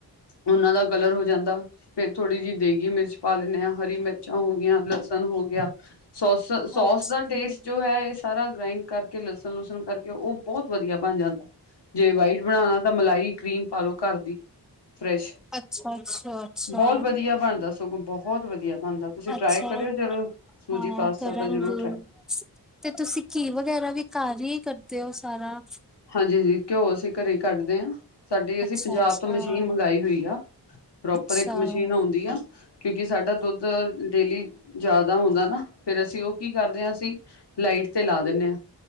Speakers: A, on the left; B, in the centre.
A: ਉਹਨਾਂ ਦਾ ਕਲਰ ਹੋ ਜਾਂਦਾ ਫਿਰ ਥੋੜੀ ਜਿਹੀ ਦੇਗੀ ਮਿਰਚ ਪਾ ਲੈਂਦੇ ਹਾਂ ਹਰੀ ਮਿਰਚਾਂ ਹੋ ਗਈਆ ਲਸਣ ਹੋ ਗਿਆ ਸੋ ਸੋ
B: ਅੱਛਾ, ਅੱਛਾ।
A: ਦਾ ਟੇਸਟ ਜੋ ਹੈ ਸਾਰਾ ਗ੍ਰਾਈੰਡ ਕਰ ਲਸਣ ਲੁਸਣ ਉਹ ਬਹੁਤ ਵਧੀਆ ਬਣ ਜਾਂਦਾ ਜੇ ਵਾਈਟ ਬਣਾਉਣਾ ਤਾਂ ਮਲਾਈ ਕਰੀਮ ਪਾਲੋ ਘਰ ਦੀ ਫਰੈਸ਼
B: ਅੱਛਾ ਅੱਛਾ ਅੱਛਾ
A: ਬਹੁਤ ਵਧੀਆ ਬਣਦਾ ਸਗੋਂ ਬਹੁਤ ਵਧੀਆ ਬਣਦਾ ਤੁਸੀਂ ਟਰਾਈ
B: ਅੱਛਾ
A: ਕਰਿਓ ਜ਼ਰੂਰ ਸੂਜੀ
B: ਹਾਂ
A: ਪਾਸਤਾ
B: ਕਰਾਂਗੇ
A: ਤਾਂ ਜ਼ਰੂਰ ਟਰਾਈ
B: ਤੇ ਤੁਸੀਂ ਘੀਹ ਵਗੈਰਾ ਵੀ ਘਰ ਹੀ ਕਰ ਤੇ ਉਹ ਸਾਰਾ
A: ਹਾਂਜੀ ਘਿਓ ਅਸੀਂ ਘਰੇ ਹੀ ਕੱਢਦੇ ਹਾਂ ਸਾਡੀ ਅਸੀਂ
B: ਅੱਛਾ
A: ਪੰਜਾਬ
B: ਅੱਛਾ,
A: ਤੋਂ ਮਸ਼ੀਨ ਮੰਗਾਈ ਹੋਈ ਆ ਪ੍ਰੋਪਰ
B: ਅੱਛਾ,
A: ਇੱਕ ਮਸ਼ੀਨ
B: ਅੱਛਾ।
A: ਆਉਂਦੀ ਆ ਕਿਉਂਕਿ ਸਾਡਾ ਦੁੱਧ ਡੇਲੀ ਜਿਆਦਾ ਹੁੰਦਾ ਨਾ ਫੇਰ ਅਸੀਂ ਉਹ ਕੀ ਕਰਦੇ ਹਾਂ ਅਸੀਂ ਲਾਈਟ ਤੇ ਲਾ ਦਿੰਦੇ ਹਾਂ